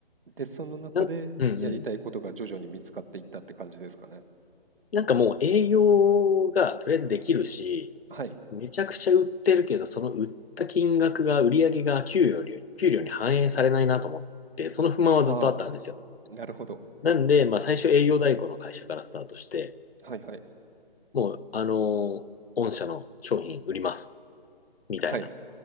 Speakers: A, on the right; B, on the left.
A: で、その中でやりたいことが徐々に見つかっていったって感じですかね。
B: なん、うんうん。なんかもう営業がとりあえずできるし、
A: はい。
B: めちゃくちゃ売ってるけど、その売った金額が、売り上げが給与より、給料に反映されないなと思って、その不満はずっとあったんですよ。
A: はあ、なるほど。
B: なんで、まあ最初営業代行の会社からスタートして、
A: はいはい。
B: もう、あのー御社の商品売ります。みたいな。
A: はい。